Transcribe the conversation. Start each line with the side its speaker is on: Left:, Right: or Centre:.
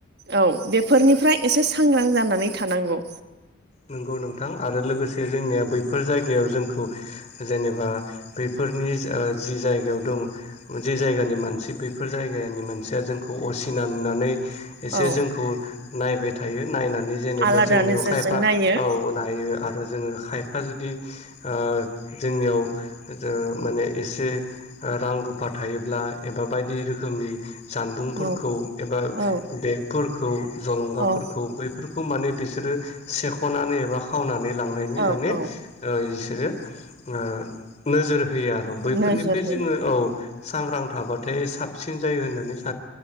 Right: औ बेफोरनिफ्राय एसे सांग्रां जानानै थानांगौ।
Left: नंगौ नोंथां आरो लोगोसे जोंनिया बैफोर जायगायाव जोंखौ जेनेबा बैफो फोरनि ओ जि जायगायाव दं जि जायगानि मानसि बेफोर जायगानि मानसिया जोंखौ असि सिना नुनानै एसे
Right: औ
Left: जोंखौ नायबाय थायो नायनानै जेनेबा
Right: आलादा
Left: जोंनियाव
Right: नोजोरजों
Left: खायफा
Right: नायो
Left: औ नायो आरो जोङो खायफा जुदि ओ जोंनियाव जो माने एसे रां रुफा थायोब्ला एबा बायदि रोखोमनि जानबुंफोरखौ
Right: औ
Left: एबा
Right: औ
Left: बेगफोरखौ जलंगाफोरखौ
Right: औ
Left: बैफोरख खौ माने बिसोरो सेखनानै एबा खावनानै लांनायनि
Right: औ
Left: माने
Right: औ
Left: ओ एस बिसोरो ओ नोजोर होयो आरो बैफोरनिफ्राय
Right: नोजोर होयो
Left: जोंङो औ सांग्रां थाबाथाय साबसिन जायो होननानै सा